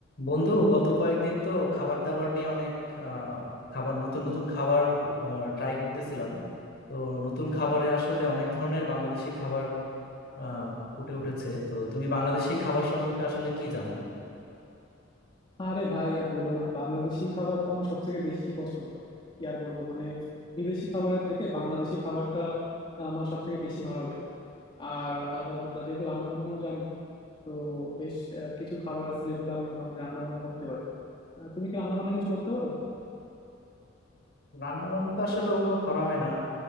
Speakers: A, on the left; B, on the left.
A: বন্ধু গত কয়েকদিন তো খাবার দাবার নিয়ে অনেক আহ, খাবার নতুন নতুন খাবার ট্রাই করতেছিলাম তো নতুন খাবারে আসলে অনেক ধরনের বাংলাদেশি খাবার আহ, ফুটে উঠেছে তো তুমি বাংলাদেশি খাবার সম্পর্কে আসলে কি জানো
B: আরে ভাই আর বইলো না বাংলাদেশি খাবার তো আমার সব থেকে বেশি পছন্দ কি আর বলবো মানে বিদেশি খাবারের থেকে বাংলাদেশি খাবারটা আমার সব থেকে বেশি ভালো লাগে আর হালকা পাতলা যেহেতু রান্না বান্নাও জানি তো বেশ আহ, কিছু খাবার আছে যেগুলো আমি মোটামুটি রান্না বান্না করতে পারি আহ, তুমি কি রান্না বান্না কিছু করতে পারো
A: রান্না বান্না তো আসলে ওভাবে করা হয় না